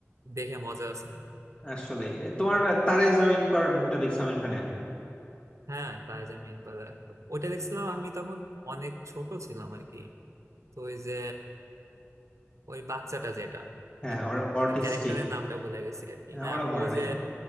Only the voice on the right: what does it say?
দেখে মজা আছে
হ্যাঁ টার্জান মিন বাজার একদম। ওইটা দেখছিলাম আমি তখন অনেক ছোট ছিলাম আর কি তো ওই যে ওই বাচ্চাটা যেটা
তার
মানে
ক্যারেক্টারের নামটা ভুলে গেছি আর কি
হ্যাঁ
ও
যে